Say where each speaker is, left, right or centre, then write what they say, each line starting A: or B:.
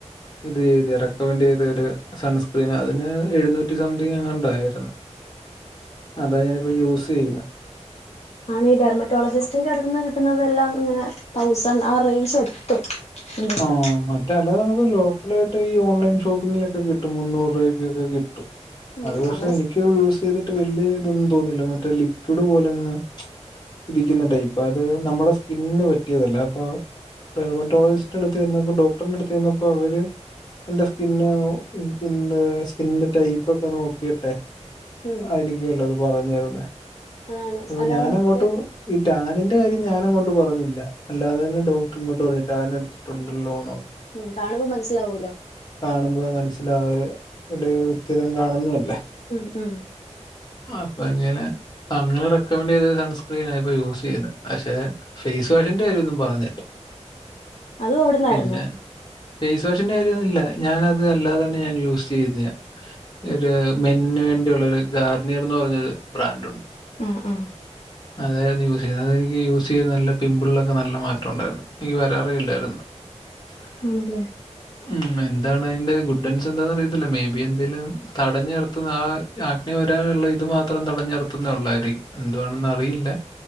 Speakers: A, on the left; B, on the left.
A: ഇത് ചെയ്ത് റെക്കമെന്റ് ചെയ്ത ഒരു സൺസ്ക്രീൻ അതിന് എഴുന്നൂറ്റി സംതിങ് എങ്ങാണ്ടായിരുന്ന് അതാ ഞാനിപ്പോ യൂസ് ചെയ്യുന്നേ.
B: ആണ് ഈ ഡെർമറ്റോളജിസ്റ്റിന്റെ അടുത്ത്ന്ന് കിട്ടുന്നതെല്ലാം ഇങ്ങനെ തൗസാൻഡ് ആ റേഞ്ച് എത്തും. എന്തേലും
A: ആഹ് മ റ്റേ അല്ലതെ നമുക്ക് ലോക്കലായിട്ട് ഓൺലൈൻ ഷോപ്പിങ്ങിലൊക്കെ കിട്ടും മുന്നൂറ് രൂപയ്ക്കൊക്കെ കിട്ടും.
B: ഉം
A: അത് പക്ഷെ
B: നമ്മടെ
A: എനിക്ക് യൂസ് ചെയ്തിട്ട് വല്ല്യ ഇതൊന്നും തോന്നില്ല മറ്റേ ലിക്വിഡ് പോലങ്ങ് ഇരിക്കുന്ന ടൈപ്പാ അത് നമ്മുടെ സ്കിന്നിന് പറ്റിയതല്ല അപ്പൊ ഡെർമറ്റോളജിസ്റ്റ് അടുത്ത് ചെന്നപ്പോ ഡോക്ടറിന്റെ അടുത്ത് ചെന്നപ്പോ അവര് എന്റെ സ്കിന്ന് എന്റെ സ്കിന്നിന്റെ ടൈപ്പ് ഒക്കെ നോക്കിട്ടെ
B: ഉം
A: ആയിരിക്കല്ലോ അത് പറഞ്ഞു തരുന്നേ
B: അതാണ്
A: അപ്പൊ
B: അല്ലാതെ
A: ഞാനങ്ങോട്ട്
B: മറ്റേ
A: ഈ ടാനിന്റെ കാര്യം ഞാനാങ്ങോട്ട് പറഞ്ഞില്ല അല്ലാതെ തന്നെ ഡോക്ടർ ഇങ്ങോട്ട് പറഞ്ഞ് ടാനടിച്ച് ട്ടുണ്ടല്ലോന്നുള്ളെ
B: ഉം കാണുമ്പോ മനസ്സിലാവൂല്ലോ
A: കാണുമ്പോ മനസ്സിലാവെ വര് സ്ഥിരം കാണുന്നല്ലേ.
B: ഉം ഉം.
A: അപ്പൊ ഇങ്ങനെ. അങ്ങനെ റെക്കമെൻ്റെയ്ത സൺസ്ക്രീനാ ഇപ്പോ യൂസെയ്യുന്നെ. പക്ഷെ ഫേസ് വാഷിന്റെ കാര്യമൊന്നും പറഞ്ഞില്ല.
B: അതും അവിടന്നായിരുന്നോ
A: പിന്നെ ഫേസ് വാഷിന്റെ കാര്യൊന്നു ഇല്ല ഞാന് അത് അല്ലാതെ തന്നെ ഞാൻ യൂസെയ്യുന്നെയാ. ഒരു മെൻ ന് വേണ്ടിയുള്ള ഒരു ഗാർണിയർ എന്ന് പറഞ്ഞൊരു ബ്രാൻഡുണ്ട്.
B: ആഹ് ആഹ്
A: <inaudible> അതായിരുന്നു യൂസ് ചെയ്യുന്നത്. അതെനിക്ക് യൂസ് ചെയ്ത് നല്ല പിമ്പിൾലൊക്കെ നല്ല മാറ്റം ഉണ്ടായിരുന്നു. എനിക്ക് വരാറേ യില്ലായിരുന്നു. ആഹ <unintelligible>
B: ആണല്ലേ
A: ഉം എന്താണ് അയിന്റെ ഗുഡൻസ് എന്താന്ന് അറിയത്തില്ല മേ ബി എന്തേലും തടഞ്ഞ നിർത്തുന്ന ആ ആക്നെ <unintelligible> വരാനുള്ള ഇത് മാത്രം തടഞ്ഞു നിർത്തുന്ന ഉള്ളായിരിക്കും. എന്തുവാണെന്ന് അറിയില്ല